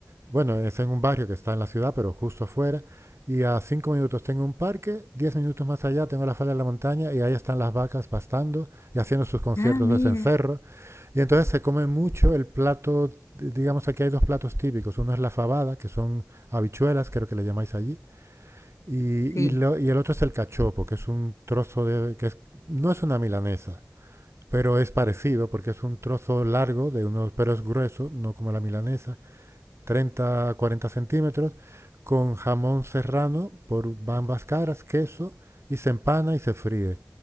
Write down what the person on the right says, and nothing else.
Bueno, es en un barrio que está en la ciudad, pero justo afuera. Y a cinco minutos tengo un parque, diez minutos más allá tengo la falda de la montaña y ahí están las vacas pastando y haciendo sus conciertos
de cencerro. Y entonces se come mucho el plato, digamos aquí hay dos platos típicos. Uno es la fabada, que son habichuelas, creo que le llamáis allí. Y, y
lo- y el otro es el cachopo, que es un trozo de, que es- no es una milanesa, pero es parecido porque es un trozo largo de unos, pero es grueso, no como la milanesa. 30, 40 centímetros, con jamón serrano por ambas caras, queso, y se empana y se fríe.